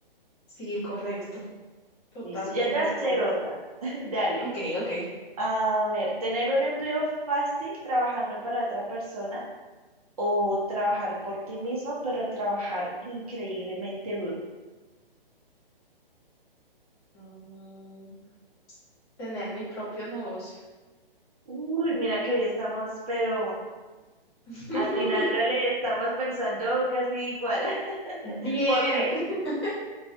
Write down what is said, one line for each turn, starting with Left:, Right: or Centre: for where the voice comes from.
Left: Sí, correcto. Totalmente
Right: Listo, ya te voy
Left: de
Right: a
Left: acuerdo.
Right: hacer otra. <laughs> Dale.
Left: Ok, ok.
Right: A ver, tener un empleo fácil trabajando para otra persona o trabajar por ti mismo, pero trabajar increíblemente duro.
Left: Mm, tener mi propio negocio.
Right: Uy, mira que hoy estamos, pero
Left: <laughs>
Right: atinándole, estamos pensando casi igual. <laughs>
Left: Bien,
Right: ¿Por qué?
Left: <laughs>